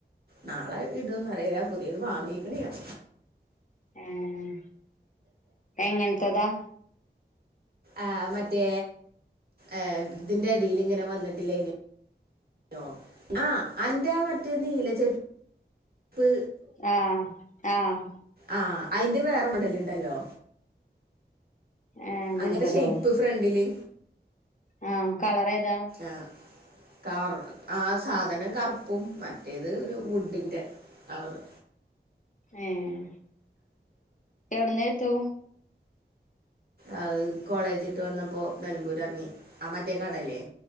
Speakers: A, on the right (about 55°); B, on the left (about 40°).
A: നാളെ ഇടോന്ന് അറീയില്ല പുതിയത് വാങ്ങീക്ക്ണ് ഞാൻ.
B: ഏഹ് എങ്ങൻത്തതാ?
A: ആഹ് മറ്റേ ഏഹ് ഇതിന്റെ അടീല് ഇങ്ങനെ വന്നട്ടില്ലേ നോ ആഹ് അന്റെ ആ മറ്റേ നീല ചെരു പ്പ്
B: ആഹ് ആഹ്
A: ആഹ് അയിന്റെ വേറെ മോഡലുണ്ടല്ലോ
B: ഏ അങ്ങനത്തതോ
A: അങ്ങൻത്തെ ഷെയപ്പ് ഫ്രണ്ടില്
B: ആഹ് കളറേതാ?
A: ആഹ് കാറ് ആ സാധനം കറുപ്പും മറ്റേത് ഒരു വുഡിന്റെ കളറ്
B: ഏഹ് എവിടന്ന് എത്തൂ
A: അത് കോളേജിട്ട് വന്നപ്പോ നെലമ്പൂർ എറങ്ങി ആഹ് മറ്റേ കടല്ലേ